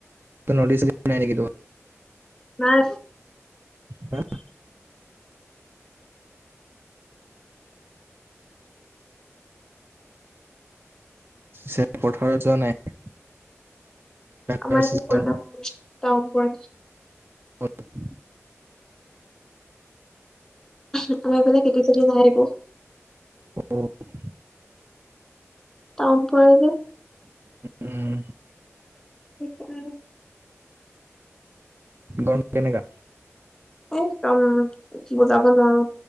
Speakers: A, on the right (about 45°); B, in the centre.
A: নদী ছ- দি নাই নেকি
B: নাই
A: হা চে- পথাৰত যোৱা নাই। ধানৰ
B: আমাৰ
A: চিজন
B: এই-টাউন প
A: <unintelligible>
B: আমাৰ ফালে খেতি-চেতি নাই একো।
A: <unintelligible>
B: টাউন পৰে যে।
A: উম।
B: <unintelligible>
A: গৰম- কেনেকা?
B: এইদম বুজাব নোৱাৰো।